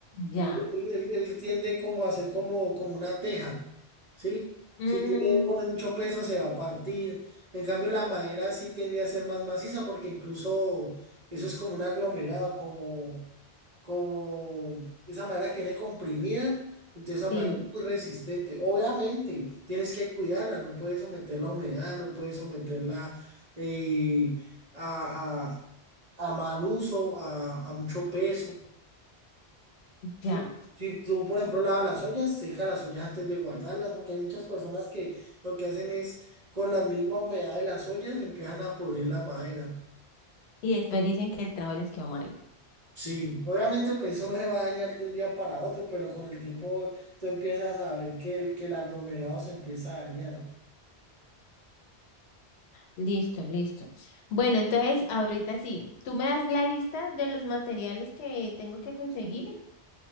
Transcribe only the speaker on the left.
Ya.
Mm,
sí,
ya.
Y después dicen que el trabajo les quedó malo.
Listo, listo. Bueno, entonces ahorita sí, tú me das la lista de los materiales que tengo que conseguir.